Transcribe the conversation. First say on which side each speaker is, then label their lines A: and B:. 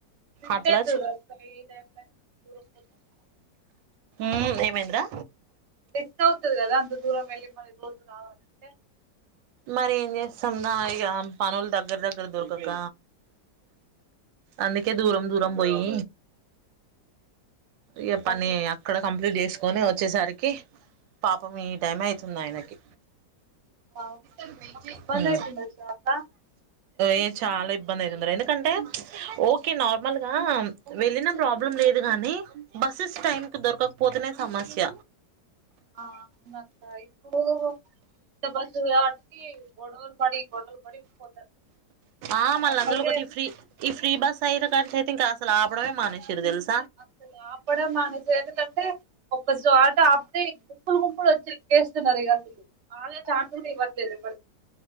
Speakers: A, on the right; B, on the right.
A: బిస్కేట్
B: అట్లా
A: <inaudible>
B: ఉమ్ ఏమైంద్రా
A: రిస్క్ అవుతుది కదా అంత దూరం వెళ్ళి మళ్ళీ రోజు రావాలంటే
B: మరి ఏం చేస్తుందా ఇక పనులు దగ్గర దగ్గర దొరికాక అందుకే దూరం దూరం పోయి ఇక
A: ఎట్లా
B: పని
A: పోయినా
B: అక్కడ కం ప్లింట్ చేసుకొని వచ్చేసరికి పాపం ఈ టైం అవుతుంది ఆయనకి
A: అవునా
B: ఉమ్
A: మస్తు ఇబ్బంది అవుతుండొచ్చు అక్క
B: ఏ చాలా ఇబ్బంది అయితున్నారు ఎందుకంటే ఓకే నార్మల్ గా వెళ్ళిన ప్రాబ్లం లే లేదు గాని బస్సెస్ టైమ్ కు దొరకకపోతేనే సమస్య
A: ఆ అవునక్కా ఇప్పుడు ఉత్త బస్సుఉంది కాబట్టి ట్టి గొడవలు పడి గొడవలు పడి పోతారు
B: ఆ
A: నార్మల్గా
B: మళ్ళ అందులో ఒకటి ఫ్రీ ఈ ఫ్రీ బస్ అయిన కానుంచి అయితే ఇంకా అసలు ఆపడమే మానేసిరు తెలుసా
A: అసలు ఆపడమే మానేశారు ఎందుకంటే ఫస్ట్ ఆటో ఆపితే గుంపులు గుంపులు వచ్చి ఎక్కేస్తున్నారు ఇక అసలు ఆ గే ఛాన్స్ కూడా ఇవ్వట్లేదు ఎవరికి